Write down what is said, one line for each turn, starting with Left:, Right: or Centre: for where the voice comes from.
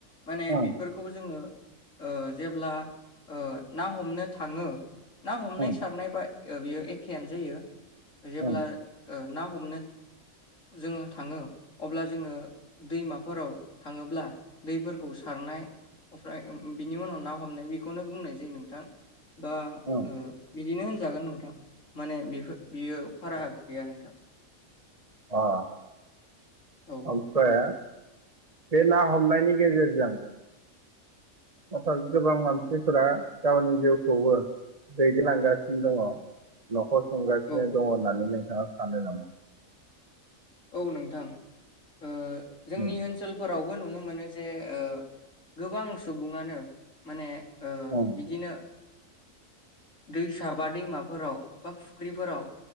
Left: माने
Right: ओं
Left: बेफोरखौ जोङो ओ जेब्ला ना हमनो थाङो ना हमनाय
Right: ओं
Left: सारनाय बा बेयो एखेयानो जायो जेब्ला
Right: ओं
Left: ना हमनो जोङो थाङो अब्ला जोङो दैमाफोराव थाङोब्ला दैफोरखौ सारनाय ओमफ्राय बिनि उनाव ना हमनाय बेखौ बेखौनो बुंनाय जायो नोंथां बा
Right: ओं
Left: बिदिनो होनजागोन नोंथां माने बेफोर बियो फाराग गैया नोंथां
Right: अ
Left: औ
Right: ओमफ्राय बे ना हमनायनि गेजेरजों हथाद गोबां मानसिफोरा गावनि जिउखौबो दैदेनलांगासिनो दङ नखर संगासिनो
Left: औ
Right: दङ होननानै नो नोंथाङा सानो नामा
Left: औ नोंथां ओ जोंनि
Right: ओम
Left: ओनसोलफोरावबो नुनो मोनो मोनो जे ओ गोबां सुबुङानो माने ओ
Right: ओम
Left: बिदिनो दैसा बा दैमाफोराव बा फुख्रिफोराव